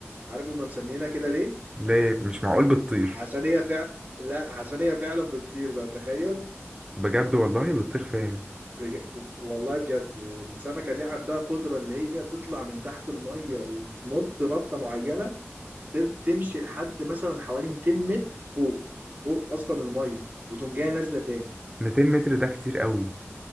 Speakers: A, on the right; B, on the right.
A: عارف هما مسمينها كده ليه
B: ليه مش معقول بتطير
A: عشان هي فعلا لا عشان هي فعلا بتطير بقى تخيل
B: بجد والله بتطير فين
A: بج... والله بجد السمكة دي عندها قدرة اللي هي تطلع من تحت المية وتنط نطة معينة ت- تمشي لحد مثلا حوالي 200 متر فوق فوق أصلا المية وتقوم جاية نازلة تاني
B: 200 متر ده كتير قوي